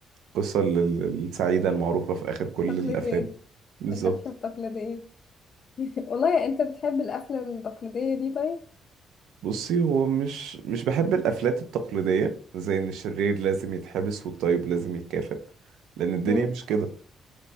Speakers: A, on the right; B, on the left.
A: قصة لل- السعيدة المعروفة في آخر
B: <laughs>
A: كل
B: تقليدية
A: الأفلام بالظبط
B: القفلة التقليدية <laughs> والله انت بتحب القفلة التقليدية دي طيب
A: بصي هو مش مش بحب الافلات التقليديه زي ان الشرير لازم يتحبس والطيب لازم يتكافئ لان الدنيا
B: مم.
A: مش كده